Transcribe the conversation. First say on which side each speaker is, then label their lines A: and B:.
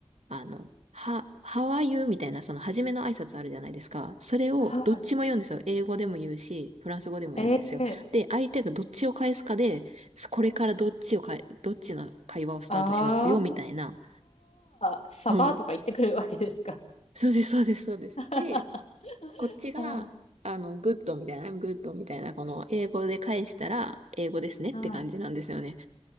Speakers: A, on the right; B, on the left.
A: あの、は、How are you? みたいな、その初めの挨拶あるじゃないですか。それをどっちも言うんですよ。
B: はい。
A: 英語でも言うし、フランス語でも言うんですよ。
B: ええ
A: で、相手がどっちを返すかで、これからどっちをかえ、どっちの会話をスタートしますよ、
B: あ
A: みたいな。
B: あー、サバとか行ってくるわけですか。
A: うん。そうです、そうです、そうです。
B: <laughs>
A: で、こっちが、
B: はい。
A: あの、グッドみたいな、I'm good みたいな、この英語で返したら、英語ですねって感じなんですよね。
B: はい。